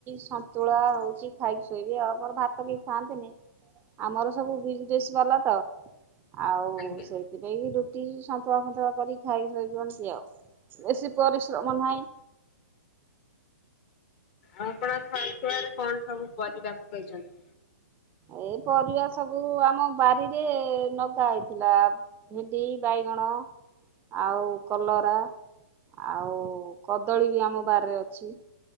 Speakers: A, on the right; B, on the left.
A: ସନ୍ତୁଳା ହଉଛି ଖାଇକି ଶୋଇବି ଆଉ ଆମର ଭାତ କେହି ଖାଆନ୍ତିନି। ଆମର ସବୁ ବିଜନେସ୍ ବାଲା ତ ଆଉ
B: ଆଜ୍ଞା।
A: ସେଇ ସେଥିପାଇଁ କିି ରୁଟି ସନ୍ତୁଳା ଫନ୍ତୁଳା କରିକି ଖାଇ ସୋଇ ପନ୍ତି ଆଉ ବେଶୀ ପରିଶ୍ରମ ନାହିଁ।
B: ଆ ଆପଣ ସନ୍ତୁଆରେ କଣ ସବୁ ପରିବା ପକେଇଛନ୍ତି।
A: ଏଇ ପରିବା ସବୁ ଆମ ବାରିରେ ଲଗା ହେଇଥିଲା। ଭେଣ୍ଡି ବାଇଗଣ ଆଉ କଲରା। ଆଉ କଦଳୀ ବି ଆମ ବାରିରେ ଅଛି